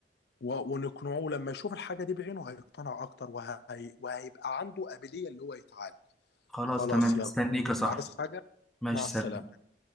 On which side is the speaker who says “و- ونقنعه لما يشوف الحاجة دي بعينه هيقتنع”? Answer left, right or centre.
Left